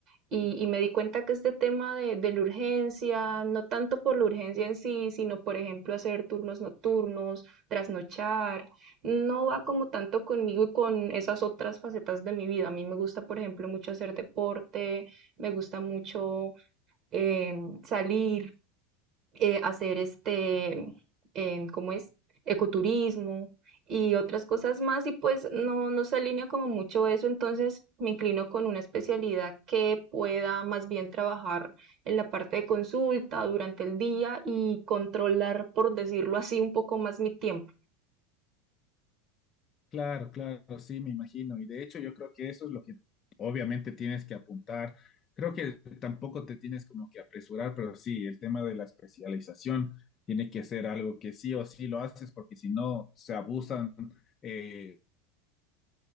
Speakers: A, on the right; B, on the left.
A: Y, y me di cuenta que este tema de, de la urgencia, no tanto por la urgencia en sí, sino por ejemplo hacer turnos nocturnos, trasnochar, no va como tanto conmigo y con esas otras facetas de mi vida. A mí me gusta, por ejemplo, mucho hacer deporte, me gusta mucho eh, salir, eh, hacer este, em, ¿cómo es? Ecoturismo y otras cosas más y pues no, no se alinea como mucho eso, entonces me inclino con una especialidad que pueda más bien trabajar en la parte de consulta durante el día y controlar, por decirlo así, un poco más mi tiempo.
B: Claro, claro, sí, me imagino. Y de hecho yo creo que eso es lo que obviamente tienes que apuntar. Creo que tampoco te tienes como que apresurar, pero sí, el tema de la especialización tiene que ser algo que sí o sí lo haces, porque si no, se abusan. eh,